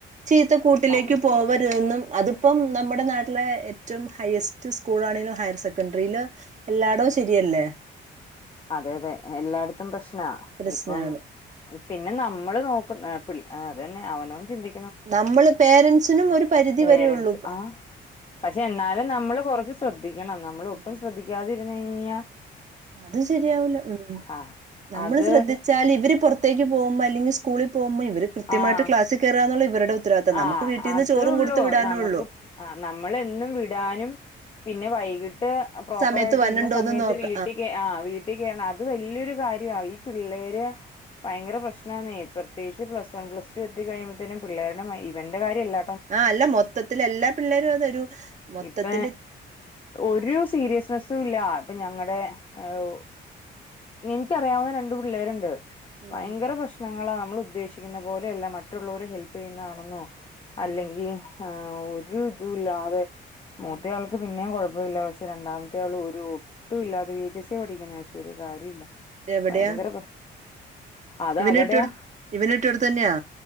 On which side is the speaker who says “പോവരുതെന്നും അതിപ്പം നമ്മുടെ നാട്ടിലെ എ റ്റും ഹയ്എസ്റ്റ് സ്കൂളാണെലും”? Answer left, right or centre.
Right